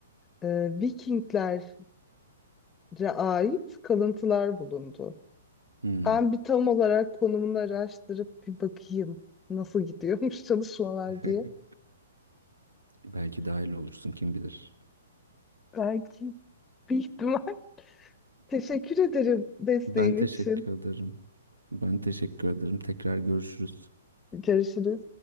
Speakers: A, on the left; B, on the right.
A: e, Vikinglere ait kalıntılar bulundu.
B: Hmm.
A: Ben bir tam olarak konumunu araştırıp bir bakayım nasıl gidiyormuş <laughs> çalışmalar diye.
B: <laughs> Belki dahil olursun kim bilir.
A: Belki bir ihtimal. <laughs> Teşekkür ederim desteğin
B: Ben teşekkür
A: için.
B: ederim. Ben teşekkür ederim. Tekrar görüşürüz.
A: Görüşürüz.